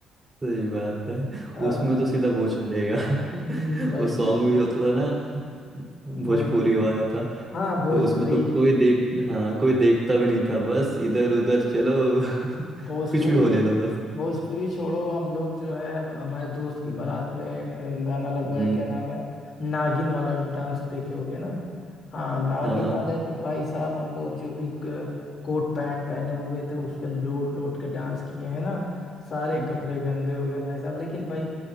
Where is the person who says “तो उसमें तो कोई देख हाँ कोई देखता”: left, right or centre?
Right